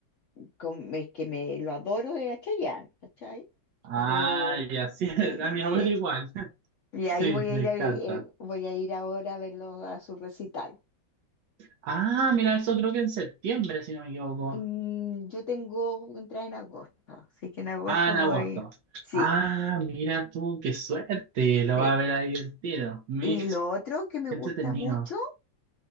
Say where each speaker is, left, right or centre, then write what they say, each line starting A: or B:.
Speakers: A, on the left; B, on the right.
A: con- es que me lo adoro es a Chayanne, ¿cachai?
B: Ah,
A: Pero
B: y así es,
A: eh,
B: <laughs> a mi
A: sí.
B: abuelo igual. <laughs>
A: Y
B: Sí,
A: ahí voy a
B: le
A: ir
B: encanta.
A: a- eh, voy a ir ahora a verlo a su recital.
B: Ah, mira, eso creo que en septiembre, si no me equivoco.
A: Mm, yo tengo entrada en agosto, así que en agosto
B: Ah, en
A: voy.
B: agosto.
A: Sí,
B: Ah, mira tú, qué suerte. Lo
A: sí.
B: va a ver ahí el tiro. Mis,
A: Y lo otro que me
B: qué
A: gusta
B: entretenido.
A: mucho